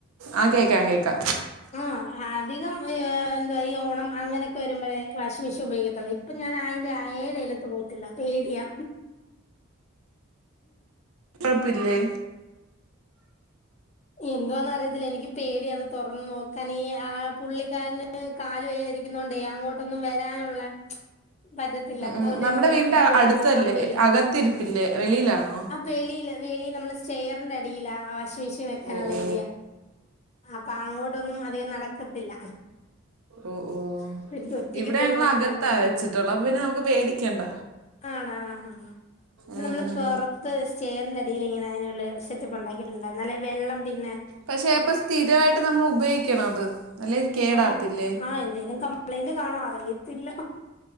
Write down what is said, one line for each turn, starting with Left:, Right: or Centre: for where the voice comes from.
Right: ആഹ് കേക്കാം കേക്കാ.
Left: ആഹ് അധികം ഏഹ് എന്താ ഈ ഓണം അങ്ങനെയൊക്കെ വരുമ്പഴേ. Washing machine ഉപയോഗിക്കത്തൊള്ളു. ഇപ്പം ഞാൻ അയ്ൻ്റെ എഴെയലത്ത് പോവത്തില്ല. പേടിയാ.
Right: പ്പപ്പില്ലേ
Left: എന്തുവാന്ന് അറിയത്തില്ല എനിക്ക് പേടി അത് തുറന്ന് നോക്കാന് ആഹ് പുള്ളിക്കാരന് കാല് വയ്യായിരി ക്ക്യ്ന്നോണ്ടേ അങ്ങോട്ടൊന്നും വരാനുള്ള പറ്റത്തില്ല.
Right: ഉം, ഉം.
Left: അതുകൊണ്ട്
Right: നമ്മുടെ
Left: എനിക്ക് ഒറ്റക്ക്
Right: വീടിൻ്റെ
Left: പോയി
Right: അടുത്തല്ലേ
Left: നോക്കാൻ പേടി.
Right: അകത്തിരിപ്പില്ലേ വെളിയിലാണോ?
Left: ആഹ് വെളിയില് വെളി നമ്മള് സ്റ്റെയറിന്റെ അടിയിലാ ആഹ് വാഷിംഗ് മെഷീൻ വെ ക്കാനുള്ള
Right: ഓ ഓ
Left: ഏരിയ. അപ്പ അങ്ങോട്ടൊന്നും അധികം നടക്കത്തില്ല.
Right: ഓഹ് ഓഹ്.
Left: അപ്പൊ എനിക്ക് ഒറ്റക്ക്
Right: ഇവിടെ
Left: പോയി
Right: ഞങ്ങള്
Left: നോക്കാനുള്ളത്
Right: അകത്താ വെച്ചിട്ടുള്ളെ അപ്പ പിന്നെ നമുക്ക് പേടിക്കണ്ട.
Left: ആണാ ആഹ് ഹ ഹാ. പിന്നെ
Right: ഉം.
Left: നമ്മള് പൊറത്ത് സ്റ്റെയറിന്റെ അടീല്ങ്ങനെ അയ്നുള്ളെ സെറ്റപ്പ് ഉണ്ടാക്കീട്ടുണ്ട്. എന്നാലേ വെള്ളം പിന്നെ,
Right: പക്ഷെ അപ്പം സ്ഥിരവായിട്ട് നമ്മൾ ഉപയോഗിക്കണം അത് അല്ലേ കേടാവത്തില്ലേ.
Left: ആഹ് ആഹ് എന്തേലും കംപ്ലൈന്റ് കാണോ അറിയത്തില്ല.